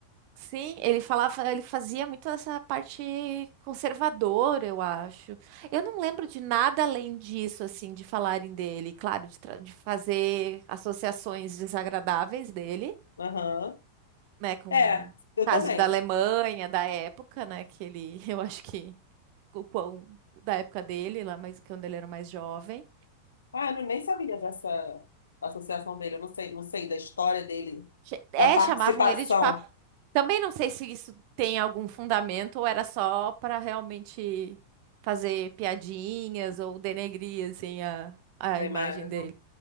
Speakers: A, on the right; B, on the left.
A: Sim, ele falava, ele fazia muito essa parte conservadora, eu acho. Eu não lembro de nada além disso, assim, de falarem dele, claro, de, tra- de fazer associações desagradáveis dele,
B: Aham.
A: né, com
B: É,
A: o
B: eu
A: caso
B: também.
A: da Alemanha, da época, né, que ele, <laughs> eu acho que o quão da época dele, lá, mas quando ele era mais jovem.
B: Ah, eu não- nem sabia dessa associação dele. Eu não sei, não sei da história dele,
A: Che- É,
B: da participação.
A: chamavam ele de Também não sei se isso tem algum fundamento ou era só para realmente fazer piadinhas ou denegrir assim a, a
B: da
A: imagem
B: imagem.
A: dele.